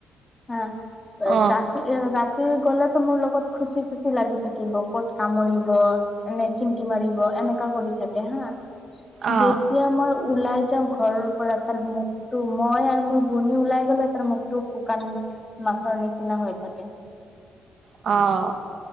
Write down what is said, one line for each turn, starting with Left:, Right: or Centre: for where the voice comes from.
Left: হা
Right: অ
Left: ৰা এ ৰাতি গ'লেটো মোৰ লগত খুচি খুচি লাগি থাকিব ক'ত কামুৰিব মানে চিমটি মাৰিব এনেকা কৰি থাকে হা।
Right: অ
Left: যে তিয়া মই ওলাই যাওঁ ঘৰৰ পৰা তাৰ মুখ টো মই আৰু মোৰ ভনী ওলাই গ'লে তাৰ মুখটো শুকান মাছৰ নিচিনা হৈ থাকে।
Right: অ।